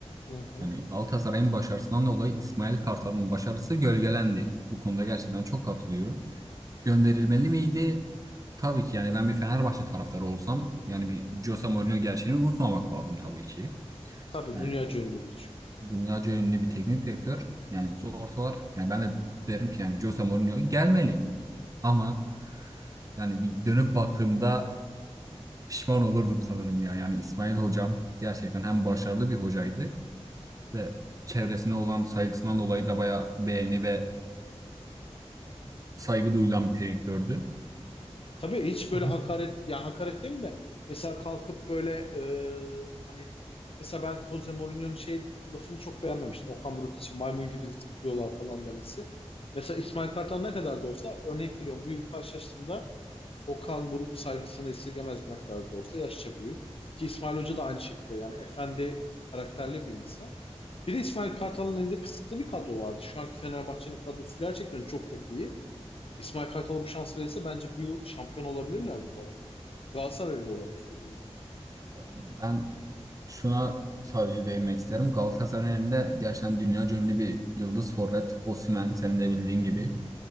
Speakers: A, on the left; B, on the right.
A: hı hı.
B: Hani Galatasaray'ın başarısından dolayı İsmail Kartal'ın başarısı gölgelendi. Bu konuda gerçekten çok katılıyorum. Gönderilmeli miydi? Tabii ki yani ben bir Fenerbahçe taraftarı olsam yani bir Jose Mourinho gerçeğini unutmamak lazım tabii ki.
A: Tabii
B: Yani
A: dünya ünlü biri çünkü.
B: dünyaca ünlü bir teknik direktör. Yani ortalar yani ben de derim ki yani Jose Mourinho gelmeli ama yani bir dönüp baktığımda pişman olurdum sanırım ya. Yani İsmail hocam gerçekten hem başarılı bir hocaydı ve çevresine olan saygısından dolayı da bayağı beğeni ve saygı duyulan bir direktördü.
A: Tabii hiç böyle
B: Hı hı.
A: hakaret, ya hakaret değil mi de mesela kalkıp böyle e, hani mesela ben Jose Mourinho'nun şey lafını çok beğenmemiştim. Okan Buruk için maymun gibi zıplıyorlar falan demesi. Mesela İsmail Kartal ne kadar da olsa örnek veriyorum bu yıl karşılaştığında Okan Buruk saygısını esirgemez ne kadar da olsa yaşça büyük. Ki İsmail Hoca da aynı şekilde yani efendi karakterli bir insan. Bir de İsmail Kartal'ın elinde kısıtlı bir kadro vardı. Şu anki Fenerbahçe'nin kadrosu gerçekten çok çok iyi. İsmail Kartal'a bu şans verirse bence bu yıl şampiyon olabilirlerdi bu arada. Galatasaraylı olarak söylüyorum onu.
B: Ben şuna sadece değinmek isterim. Galatasaray'ın elinde gerçekten dünya ünlü bir yıldız forvet Osimhen senin de bildiğin gibi.